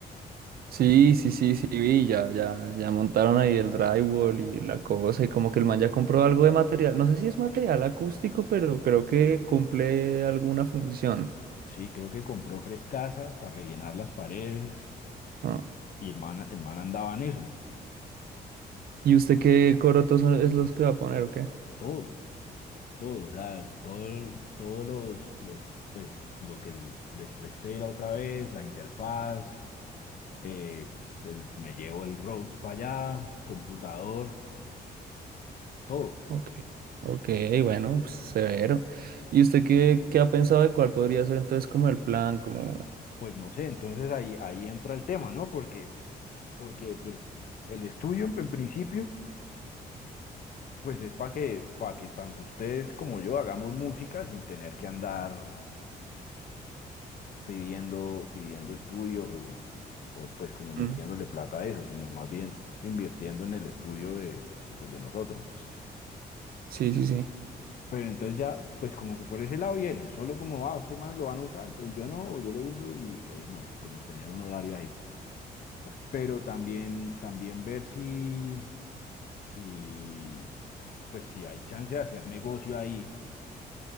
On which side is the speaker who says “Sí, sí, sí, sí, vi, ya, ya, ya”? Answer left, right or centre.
Right